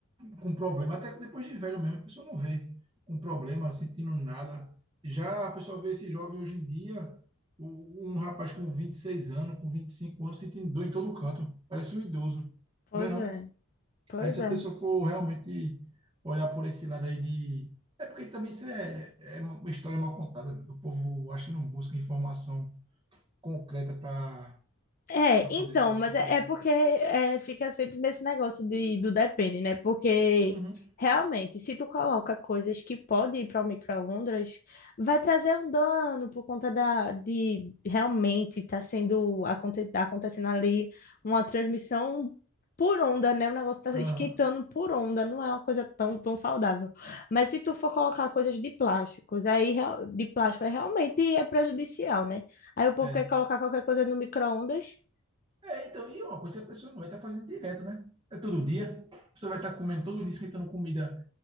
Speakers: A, on the right; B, on the left.
A: com problema, até que depois de velho mesmo, a pessoa não vê com problema, sentindo nada. Já a pessoa vê esse jovem hoje em dia, o- um rapaz com 26 anos, com 25 anos, sentindo dor em todo canto, parece um idoso,
B: Pois
A: não é não?
B: é, pois
A: Aí se
B: é.
A: a pessoa for realmente olhar por esse lado aí de... É porque também isso é, é uma história mal contada, o povo acho que não busca informação concreta para
B: É,
A: para
B: então,
A: poder falar
B: mas
A: essas
B: é,
A: coisas, não.
B: é porque é, fica sempre nesse negócio de, do depende, né? Porque
A: Uhum.
B: realmente, se tu coloca coisas que podem ir para o micro-ondas, vai trazer um dano por conta da, de realmente estar sendo aconte, tá acontecendo ali uma transmissão por onda, né? O negócio tá
A: Aham.
B: esquentando por onda, não é uma coisa tão, tão saudável. Mas se tu for colocar coisas de plásticos, aí real- de plástico, aí realmente é prejudicial, né? Aí o povo
A: É.
B: quer colocar qualquer coisa no micro-ondas
A: É, então, e é uma coisa que a pessoa não vai estar fazendo direto, né? É todo dia. A pessoa vai estar comendo todo dia, esquentando comida,